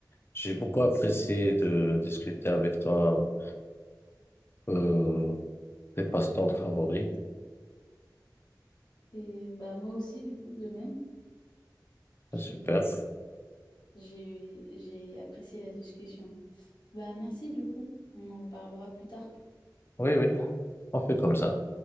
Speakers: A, on the left (about 30°); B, on the left (about 80°).
A: j'ai beaucoup apprécié de discuter avec toi euh, tes passe-temps favoris.
B: Et bah moi aussi du coup de même. Tu-
A: Ah, Super.
B: J'ai j'ai apprécié la discussion. Bah merci du coup. On en reparlera plus tard.
A: Oui, oui, on fait comme ça.